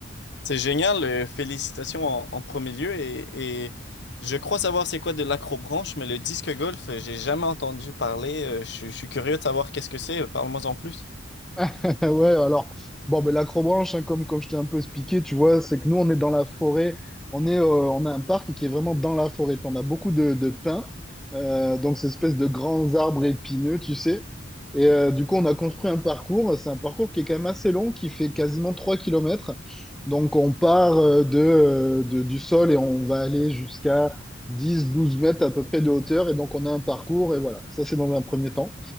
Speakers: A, on the left (about 55°); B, in the centre.
A: C'est génial, euh, félicitations en, en premier lieu et, et je crois savoir c'est quoi de l'acrobranche, mais le disque golf, euh, j'ai jamais entendu parler. euh, je, suis je suis curieux de savoir qu'est-ce que c'est. euh, Parle-moi en plus.
B: <laughs> Ouais, alors, bon, ben, l'acrobranche, hein, comme, comme je t'ai un peu expliqué, tu vois, c'est que nous, on est dans la forêt, on est, euh, on a un parc qui est vraiment dans la forêt. Tu vois, On a beaucoup de, de pins, euh, donc ces espèces de grands arbres épineux, tu sais. Et euh, du coup, on a construit un parcours, c'est un parcours qui est quand même assez long, qui fait quasiment 3 kilomètres Donc, on part euh, de, euh, de- du sol et on va aller jusqu'à dix douze mètres à peu près de hauteur. Et donc, on a un parcours, et voilà, ça, c'est dans un premier temps.